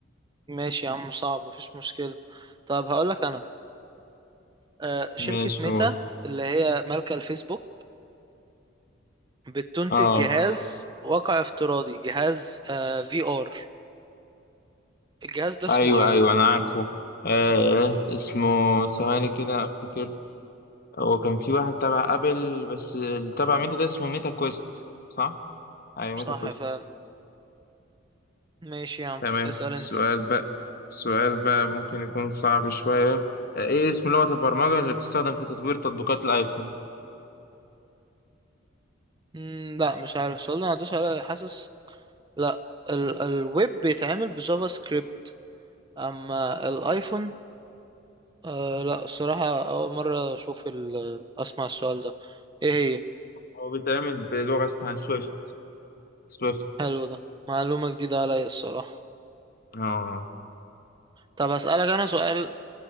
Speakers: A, on the right (about 20°); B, on the left (about 50°).
A: ماشي يا عم صعب مفيش مشكله طب هقول لك انا آه، شركه
B: ماشي
A: ميتا
B: قول
A: اللي هي مالكه الفيسبوك بتنتج
B: اه
A: جهاز واقع افتراضي جهاز في ار الجهاز ده اسمه
B: ايوه
A: ايه
B: ايوه انا عارفه آه اسمه ثواني كده افتكر هو كان في واحد تبع ابل بس اللي تبع ميتا ده اسمه ميتا كويست صح ايوه
A: صح
B: ميتا كويست
A: فعلا ماشي يا عم
B: تمام
A: اسأل
B: س-
A: انت
B: سؤال بقى سؤال بقى ممكن يكون صعب شوية آه ايه اسم لغة البرمجة اللي بتستخدم في تطوير تطبيقات الايفون
A: مم، لا مش عارف السؤال ده ما عدوش عليا حاسس لا ال الويب بيتعمل بجافا سكريبت اما الايفون آه لا الصراحة اول مرة اشوف ال اسمع السؤال ده ايه هي
B: هو بيتعمل بلغة اسمها سويفت سويفت
A: حلو ده معلومة جديدة عليا الصراحة
B: اه
A: طب هسألك انا سؤال